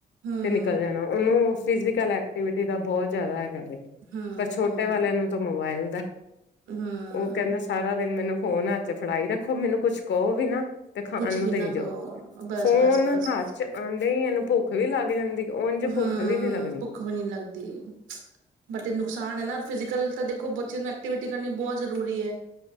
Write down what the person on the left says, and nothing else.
ਤੇ ਨਿਕਲ ਜਾਣਾ ਉਹਨੂੰ ਫਿਜ਼ੀਕਲ ਐਕਟੀਵਿਟੀ ਦਾ ਬਹੁਤ ਜ਼ਿਆਦਾ ਹੈਗਾ
ਪਰ ਛੋਟੇ ਵਾਲਿਆਂ ਨੂੰ ਤਾਂ ਮੋਬਾਇਲ ਦਾ
ਉਹ ਕਹਿੰਦਾ ਸਾਰਾ ਦਿਨ ਮੈਨੂੰ ਫੋਨ ਹ ਚ ਫੜਾਈ ਰੱਖੋ ਮੈਨੂੰ ਕੁੱਛ ਕਹੋ ਵੀ ਨਾ ਤੇ ਖਾਣ
ਨੂੰ
ਦੇਈ
ਜਾਓ
ਫੋਨ
ਹੱਥ ਚ ਆਉਂਦੇ ਹੀ ਇਹਨੂੰ ਭੁੱਖ ਵੀ ਲੱਗ ਜਾਂਦੀ ਉੰਝ ਭੁੱਖ
ਵੀ ਨੀ ਲੱਗਣੀ